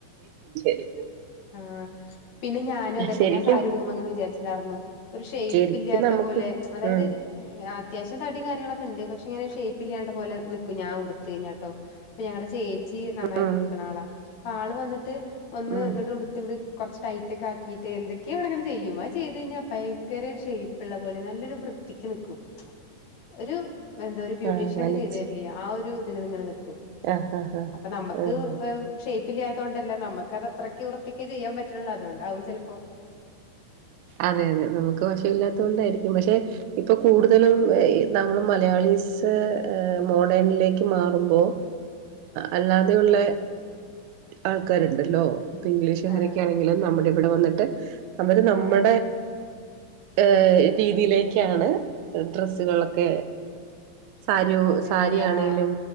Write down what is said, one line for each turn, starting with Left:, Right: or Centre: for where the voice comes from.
Right: <unintelligible>
Left: ആ പിന്നെ ഞാനും അതേട്ടാ
Right: ശരിക്കും
Left: ഞാൻ സാരി ഉടുക്കുമ്പോൾ അങ്ങനെ വിചാരിച്ചുണ്ടായിരുന്നു ഒരു ഷേപ്പില്ലാത്ത
Right: ശരിക്കും നമുക്ക്
Left: പോലെ അതായത്
Right: ഉം
Left: അത്യാവശ്യ ഞാൻ തടിയും കാര്യങ്ങളൊക്കെ ഉണ്ട് പക്ഷെ ഇങ്ങനെ ഷേപ്പില്ലാണ്ട് പോലെ നിക്കും ഞാൻ ഉടുത്ത് കഴിഞ്ഞട്ടോ അപ്പോ ഞങ്ങടെ ചേ ച്ചി നന്നായിട്ട്
Right: ഉം
Left: ഉടുക്കണ ആളാ പ്പാ ആള് വന്നി ട്ട് ഒന്ന്
Right: ഉം
Left: കൊറച്ച് ടൈറ്റ് ഒക്കെ ആക്കിട്ട് എന്തൊക്കെയോ അവിടെങ്ങനെ ചെയ്യും അത് ചെയ്ത് കഴിഞ്ഞാൽ ഭയങ്കര ഷേപ്പ് ഉള്ള പോലെ നല്ലൊരു വൃത്തിക്ക് നിക്കും ഒരു എന്താ ഒരു ബ്യൂട്ടീഷ്യൻ
Right: ആ വലിച്ച്
Left: ഒക്കെ ചെയ്തു തരില്ലേ ആ ഒരു ഇതിന് ഇങ്ങെനെ നിൽക്കും
Right: ആഹ് ആഹ് ആഹ്
Left: അപ്പോ നമുക്ക്
Right: ആഹ്
Left: ഷേ ഇല്ലാത്തതുകൊണ്ടല്ലേ നമുക്കത് അത്ര ക്ക്‌ വൃത്തിക്ക് ചെയ്യാൻ പറ്റണില്ല അതുകൊണ്ടാവും ചേലപ്പോ
Right: അതെ അതെ നമുക്ക് വശമില്ലാത്തതുകൊണ്ട് ആയിരിക്കും പക്ഷെ ഇപ്പോ കൂടുതലും നമ്മൾ മലയാളിസ് മോഡേണിലേക്ക് മാറുമ്പോൾ അല്ലാതെയുള്ള ആൾക്കാരുണ്ടല്ലോ ഇപ്പോ ഇംഗ്ലീഷുകാരൊക്കെ
Left: ആഹ്
Right: ആണെങ്കിലും നമ്മുടെ ഇവിടെ വന്നിട്ട് അവര് നമ്മ
Left: ആഹ്
Right: ഏ രീതിയിലേക്കാണ് ഡ്രസ്സുകൾ ഒക്കെ സാരിയോ
Left: അതെ
Right: സാരിയാണെലും
Left: അതെ ആഹ്